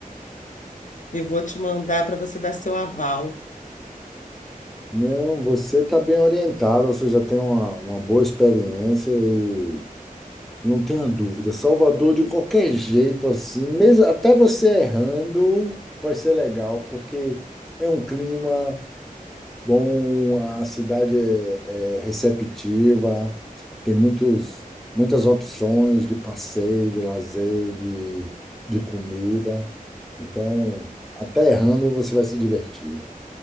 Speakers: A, on the left (about 60°); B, in the centre.
A: e vou te mandar para você dar seu aval.
B: Não, você está bem orientado, você já tem uma, uma boa experiência e não tenha dúvida. Salvador, de qualquer jeito, assim, mesmo até você errando, vai ser legal, porque é um clima bom, a cidade é, é receptiva, tem muitos, muitas opções de passeio, de lazer, de, de comida. Então, até errando, você vai se divertir.